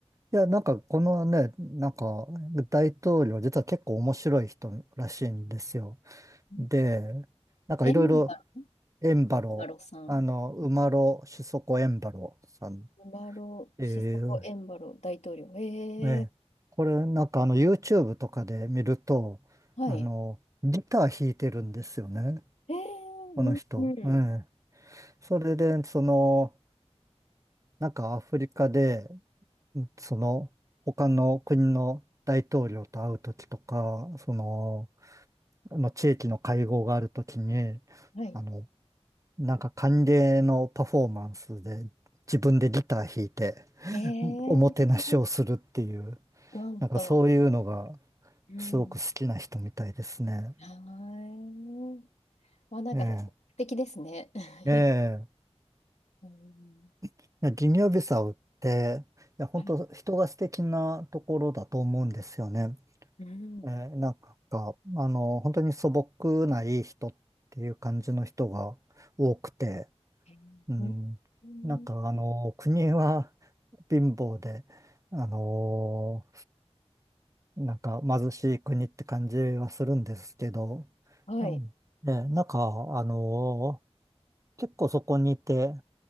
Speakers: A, on the right (about 30°); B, on the left (about 80°).
A: いや、なんか、このね、なんか、大統領、実は結構面白い人らしいんですよ。
B: <laughs>
A: で、なんかいろいろ
B: エンバ、
A: エンバロー、
B: エンバロさん。
A: あの、馬呂シソコエンバローさんっ
B: エンバロ、
A: ていう、
B: シソコ・エンバロ大統領。ええ
A: えーえーこれなんかあの YouTube とかで見ると、
B: はい。
A: あの、ギター弾いてるんですよね、
B: ええうん、
A: この人。
B: うん
A: ええそれで、その、なんかアフリカで、その、他の国の大統領と会うときとか、その、あの地域の会合があるときに、
B: はい。
A: あの、なんか歓迎のパフォーマンスで自分でギター弾いて、
B: えー、
A: おもてなしをするっていう、
B: なんと。
A: なんかそういうのが
B: うん。
A: すごく好きな人みたいですね。
B: はい。まなんか、
A: え
B: 素敵ですね。<laughs>
A: え、ええ。
B: うん。
A: いやギニアビサウって、いや、本当人が素敵なところだと思うんですよね。
B: はい。うん。
A: ええ、なんか、あの、本当に素朴ないい人っていう感じの人が多くて、
B: へーうん。
A: うん、なんかあの、国は貧乏で、あのなんか貧しい国って感じはするんですけど、
B: はい。
A: うんで、なんか、あのー結構そこにいて